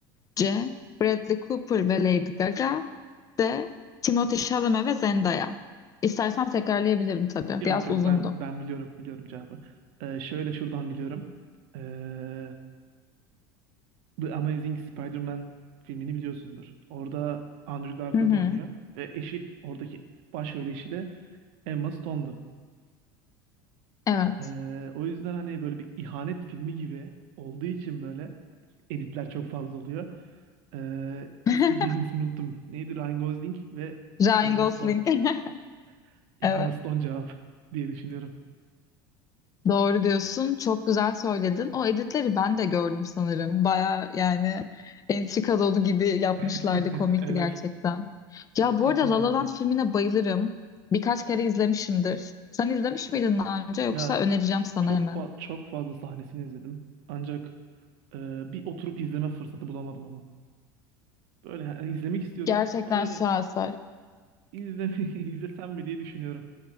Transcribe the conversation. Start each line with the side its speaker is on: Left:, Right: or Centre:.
Left: C. Bradley Cooper ve Lady Gaga. D. Timothée Chalamet ve Zendaya. İstersen tekrarlayabilirim tabii.
Right: Yok
Left: Biraz
Right: yok
Left: uzundu.
Right: ben ben biliyorum biliyorum cevabı. Ee, şöyle şuradan biliyorum. Ee, The Amazing Spider-Man filmini biliyorsundur. Orada Andrew Garfield
Left: Hı hı.
Right: oynuyor ve eşi oradaki başrol eşi de Emma Stone'du.
Left: Evet.
Right: Ee, o yüzden hani böyle bir ihanet filmi gibi olduğu için böyle editler çok fazla oluyor. Ee,
Left: <laughs>
Right: ismi diğerinin ismini unuttum. Neydi? Ryan Gosling ve
Left: Ryan
Right: Emma
Left: Gosling.
Right: Stone.
Left: <laughs>
Right: <laughs>
Left: Evet.
Right: Emma Stone cevap <laughs> diye düşünüyorum.
Left: Doğru diyorsun. Çok güzel söyledin. O editleri ben de gördüm sanırım. Baya yani entrika dolu gibi yapmışlardı.
Right: <laughs>
Left: Komikti
Right: Evet.
Left: gerçekten.
Right: Evet
Left: Ya bu
Right: cidden
Left: arada La
Right: öyleydi.
Left: La Land filmine bayılırım. Birkaç kere izlemişimdir. Sen izlemiş miydin daha önce yoksa
Right: Ya
Left: önereceğim sana
Right: Çok
Left: hemen.
Right: fa- çok fazla sahnesini izledim. Ancak e, bir oturup izleme fırsatı bulamadım onu. Böyle yani izlemek istiyorum
Left: Gerçekten
Right: ama böyle
Left: şaheser.
Right: izleme <laughs> izlesem mi diye düşünüyorum.